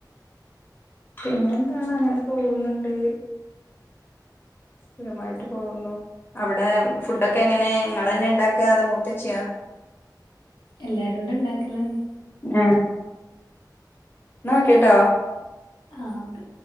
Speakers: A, on the left; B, on the left.
A: പിന്നെ എന്താണ് അങ്ങനെ പോകുന്നുണ്ട്. സുഖമായിട്ട് പോകുന്നു അവിടെ ഫുഡൊക്കെ എങ്ങനെ ഇങ്ങളന്നെ ഉണ്ടാക്ക അതോ മൂത്തചിയോ?
B: എല്ലാരൂടെ ഉണ്ടാക്കലാണ്.
A: ആഹ് എന്നാവെക്കാട്ടോ
B: ആഹ് ഓക്കെ